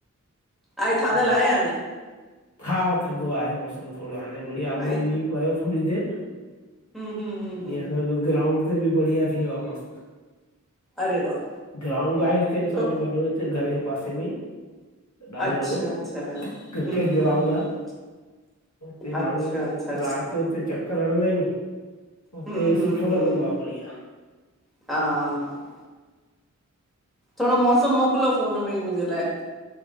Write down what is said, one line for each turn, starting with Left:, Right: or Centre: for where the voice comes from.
Centre: आाए
Left: आहे
Centre: थां धल आए हाणे।
Left: हा थदो आहे मौसम थोरो हाणे बढ़िया आगुणे
Centre: आहे
Left: मींहु पयो थोरी देर।
Centre: हम्म हम्म हम्म हम्म
Left: ईअ ग्राउंड ते बि बढ़िया थी वयो आहे मस्त।
Centre: अरे वाह।
Left: ग्राउंड आहे हिते सम्झो
Centre: थो
Left: वॾो हिे घर जे पास में ॾाढो
Centre: अच्छा
Left: वट। वढो
Centre: अच्छा
Left: क्रिकेट
Centre: हम्म हम्म
Left: ग्राउंड
Centre: हम्म
Left: आ। ते माण्हू
Centre: अच्छा अच्छा अच्छा
Left: रात जो ते चक। करणंदा आहियूं हुते
Centre: हम्म हम्म
Left: सुठो लॻंदो
Centre: हम्म
Left: आ बढ़िया।
Centre: हा। थोरो मौसम मोकल्यो फ़ोन में ई मूंजे लाइ।